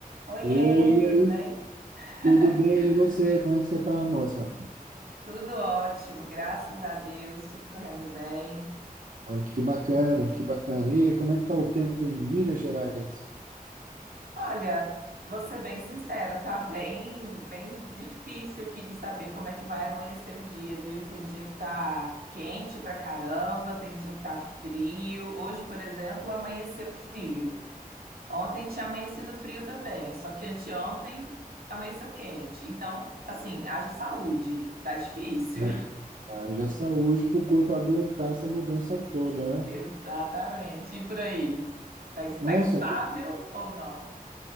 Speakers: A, on the right; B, on the right.
A: Oiê,
B: Oi, e
A: tudo
B: aí,
A: bem? <laughs>
B: tudo bem? E você? Como é que você tá, moça?
A: Tudo ótimo, graças a Deus, tudo correndo bem.
B: Olha que bacana, que bacana. E aí, como é que tá o tempo em Minas Gerais?
A: Olha, vou ser bem sincera, tá bem, bem difícil aqui de saber como é que vai amanhecer o dia, viu? Tem dia que tá quente pra caramba, tem dia que tá frio. Hoje, por exemplo, amanheceu frio. Ontem tinha amanhecido frio também, só que anteontem amanheceu quente. Então, assim, haja saúde, tá difícil.
B: Haja haja saúde para o corpo aguentar essa mudança toda,
A: Exatamente.
B: né?
A: E por aí? Tá,
B: Nossa,
A: tá instável
B: aqui,
A: ou não?